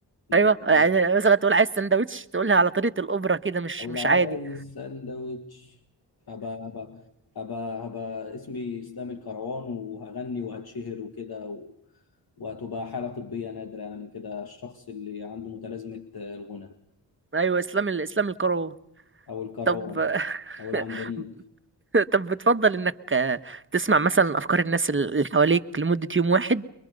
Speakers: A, on the left (about 60°); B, on the right (about 30°).
A: لأن
B: ايوه
A: كلامي
B: يعني مثلا تقول عايز سندوتش تقولها على طريقه الاوبرا كده مش
A: أو
B: مش
A: لو عايز
B: عادي
A: سندوتش هبقى هبقى هبقى هبقى اسمي إسلام الكروان وهغني وهتشهر وكده و... وهتبقى حالة طبية نادرة يعني كده الشخص اللي عنده متلازمة الغنى
B: ايوه اسلام ال- اسلام القرار
A: أو الكروان
B: طب
A: أو العندليب
B: <laughs> <laughs> طب بتفضل انك آه، تسمع مثلا افكار الناس اللي حواليك لمدة يوم واحد